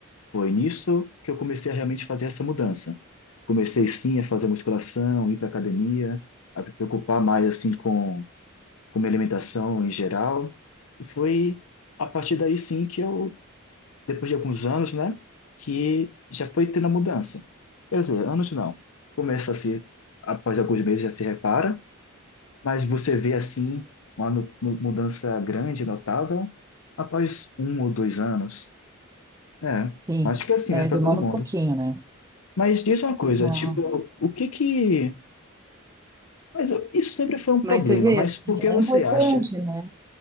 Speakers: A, on the left; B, on the right.
A: Foi nisso que eu comecei a realmente fazer essa mudança. Comecei, sim, a fazer musculação, ir para academia, a me preocupar mais, assim, com, com minha alimentação em geral. E foi a partir daí, sim, que eu, depois de alguns anos, né, que já foi tendo a mudança. Quer dizer, anos não. Começa a se, após alguns meses já se repara, mas você vê assim uma nu- nu- mudança grande, notável, após um ou dois anos. É,
B: sim.
A: acho que é assim
B: É,
A: mesmo para
B: demora
A: todo mundo.
B: um pouquinho, né?
A: Mas diz uma coisa,
B: Não.
A: tipo, o que que. Mas eu- isso sempre foi um
B: Mas
A: problema,
B: você vê,
A: mas
B: assim,
A: por que
B: é
A: você
B: importante,
A: acha?
B: né?